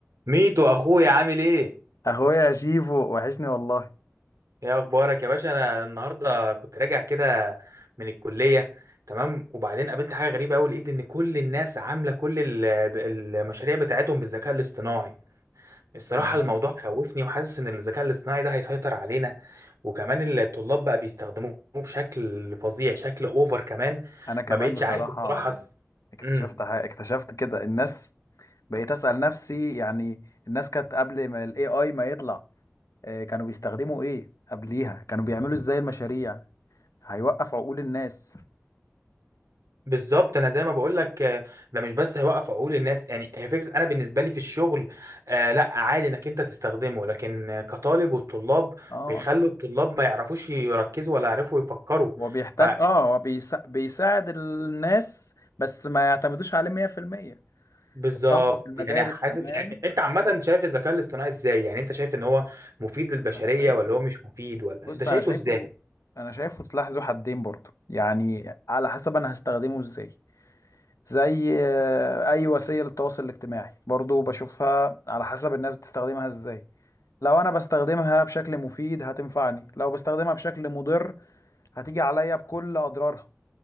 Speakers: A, on the right (about 80°); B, on the left (about 85°).
A: ميتو اخويا عامل ايه
B: اخويا يا شيفو وحشني والله
A: ايه اخبارك يا باشا انا النهارده كنت راجع كده من الكليه تمام وبعدين قابلت حاجه غريبه قوي لقيت ان كل الناس عامله كل ال- المشاريع بتاعتهم بالذكاء الاصطناعي الصراحه
B: آه.
A: الموضوع خوفني وحاسس ان الذكاء الاصطناعي ده هيسيطر علينا وكمان الطلاب بقى بيستخدموه بشكل فظيع شكل اوفر كمان
B: انا كمان
A: ما بقتش
B: بصراحة
A: عارف الصراحه
B: اكتشفت
A: امم
B: حاجة اكتشفت كده الناس بقيت اسأل نفسي يعني الناس كانت قبل ما الاي اي ما يطلع آه، كانوا بيستخدموا ايه قبليها كانوا بيعملوا ازاي المشاريع هيوقف عقول الناس
A: بالظبط انا زي ما بقول لك آه، ده مش بس هيوقف عقول الناس يعني هي فكره انا بالنسبه لي في الشغل آه، لا عادي انك انت تستخدمه لكن آه، كطالب والطلاب
B: اه
A: بيخلوا الطلاب ما يعرفوش يركزوا ولا يعرفوا يفكروا
B: هو بيحتاج
A: ف
B: اه هو بيسا... بيساعد الناس بس ما يعتمدوش عليه 100%
A: بالظبط
B: الطلبة في المدارس
A: يعني حاسس
B: كمان
A: يعني انت عامه شايف الذكاء الاصطناعي ازاي يعني انت شايف ان هو مفيد للبشريه
B: انا شايفه
A: ولا هو مش مفيد ولا
B: بص
A: انت شايفه
B: انا شايفه
A: ازاي
B: انا شايفه سلاح ذو حدين برضه يعني على حسب انا هستخدمه ازاي زي آه، اي وسيله للتواصل الاجتماعي برضه بشوفها على حسب الناس بتستخدمها ازاي لو انا بستخدمها بشكل مفيد هتنفعني لو بستخدمها بشكل مضر هتيجي عليا بكل اضرارها